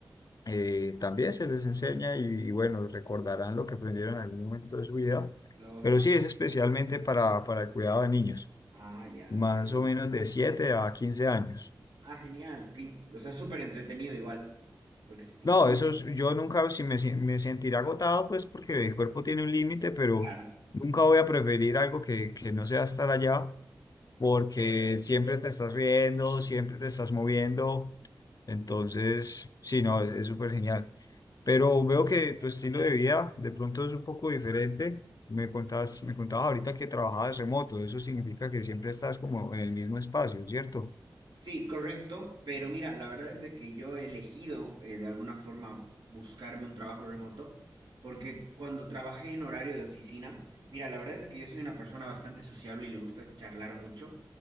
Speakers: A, on the left; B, on the right.
A: eh, también se les enseña y, y bueno, recordarán lo que aprendieron en algún momento de su vida.
B: Lógico.
A: Pero sí es especialmente para, para el cuidado de niños,
B: Ah, ya,
A: más
B: ok.
A: o menos de 7 a 15 años.
B: Ah, genial. ok. O sea, súper entretenido igual. Porque incluso,
A: No, eso es- yo nunca si me, si- me sentiré agotado, pues porque el cuerpo tiene un límite, pero
B: claro.
A: nunca voy a preferir algo que, que no sea estar allá porque
B: ok.
A: siempre te estás riendo, siempre te estás moviendo. Entonces, sí, no, es es súper genial. Pero veo que tu estilo de vida de pronto es un poco diferente. Me contabas, me contabas ahorita que trabajabas remoto. Eso significa que siempre estás como en el mismo espacio, ¿cierto?
B: Sí, correcto, pero mira, la verdad es de que yo he elegido eh, de alguna forma buscarme un trabajo remoto, porque cuando trabajé en horario de oficina, mira, la verdad es de que yo soy una persona bastante sociable y le gusta charlar mucho,